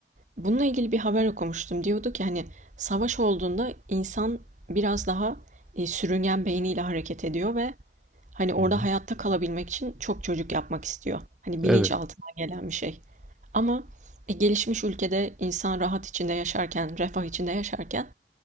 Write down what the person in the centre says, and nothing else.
Hı hı.
Evet.